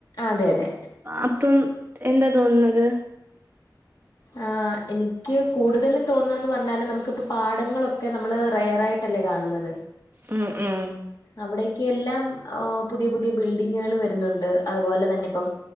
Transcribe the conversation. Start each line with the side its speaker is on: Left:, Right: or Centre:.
Left: അതെ അതെ
Right: അപ്പം എന്താ തോന്നുന്നത്
Left: ആഹ് എനിക്ക് കൂടുതലും തോന്നാന്ന് പർഞ്ഞാല് നമുക്കിപ്പോ പാടങ്ങളൊക്കെ നമ്മള് റയറായി ല്ലേ കാണുന്നത്
Right: ഉം ഉം
Left: അവിടേക്ക് എല്ലാം പുതിയ പുതിയ ബിൽഡിങ്ങുകൾ വരുന്നുണ്ട് അതുപോലെ തന്നെ ഇപ്പം